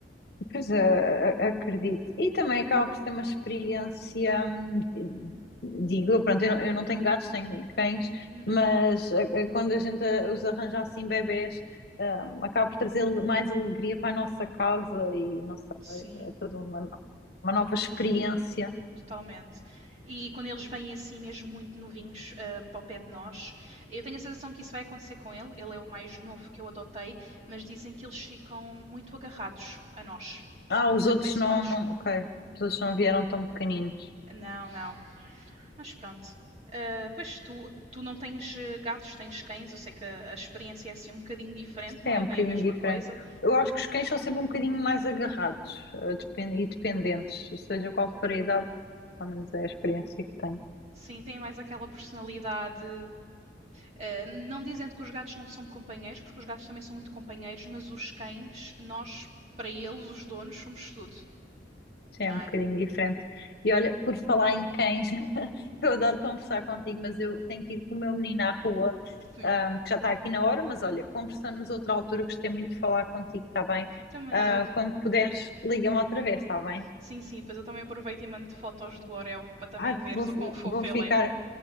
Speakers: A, on the left (about 55°); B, on the right (about 35°).
A: Pois é, a- acredito. E também acaba por ser uma experiência, hum, digo, pronto, eu não, eu não tenho gatos, tenho cães,
B: Uhum,
A: mas eh, eh, quando a gente eh, os arranja assim, bebés, hum, acaba por trazer le- mais alegria para a nossa casa e não sei,
B: sim.
A: é toda uma, no- uma nova
B: Tô
A: experiência.
B: Totalmente. E quando eles vêm assim, mesmo muito novinhos, ah, para o pé de nós, eu tenho a sensação que isso vai acontecer com ele. Ele é o mais novo que eu adotei, mas dizem que eles ficam muito agarrados a nós, ficam
A: Ah, os
B: muito
A: outros
B: afeiçoados.
A: não, não, ok. Os outros não vieram tão pequeninos.
B: Não, não. Mas pronto. Ah, pois tu, tu não tens eh, gatos, tens cães. Eu sei que a, a experiência é assim um bocadinho diferente,
A: Isso
B: não
A: é
B: é
A: um
B: bem
A: bocadinho
B: a mesma
A: diferente.
B: coisa.
A: Eu acho que os cães são sempre um bocadinho mais agarrados, eh, depen- e dependentes, seja qual for a idade, pelo menos é a experiência que tenho.
B: Sim, tem mais aquela personalidade. eh, não dizendo que os gatos não são companheiros, porque os gatos também são muito companheiros, mas os cães, nós, para eles, os donos, somos tudo,
A: Sim,
B: não
A: é um
B: é?
A: bocadinho diferente. E olha, por falar em cães, <laughs> eu adoro conversar contigo, mas eu tenho que ir com o meu menino à rua,
B: Sim.
A: ahm, que já está aqui na hora, mas olha, conversamos outra altura, gostei muito de falar contigo, está bem?
B: Também
A: Ah,
B: eu.
A: quando puderes, liga-me outra vez, está bem?
B: Sim, sim, pois eu também aproveito e mando fotos do Orel para também
A: Ah,
B: veres
A: vou,
B: o quão fofo
A: vou
B: ele
A: ficar.
B: é.